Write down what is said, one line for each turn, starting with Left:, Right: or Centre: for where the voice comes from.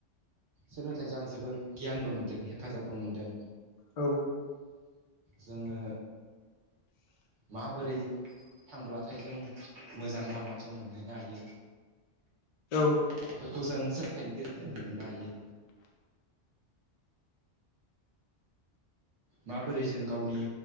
Right: सोलोंथाइजों आं जोबोर गियानबो मोनदों हेफाजाबबो मोनदों।
Left: औ
Right: जोङो
Left: <inaudible>
Right: माबोरै थांब्लाथाय जों मोजां लामाथिं मोनहैनो हायो
Left: औ
Right: बेफोरखौ जों सोंथाइनि गेजेरजोंनो मोननो हायो। माबोरै जों गावनि